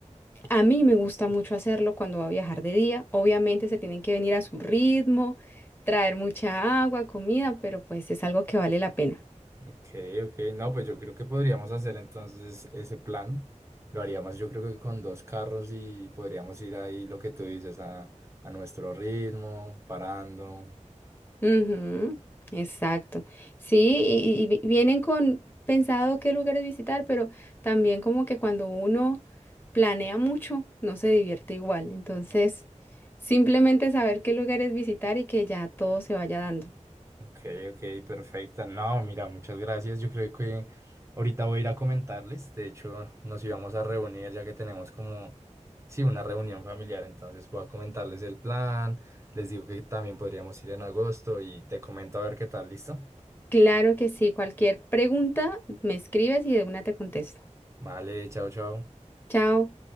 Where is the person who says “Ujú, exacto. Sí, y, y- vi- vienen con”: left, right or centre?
Left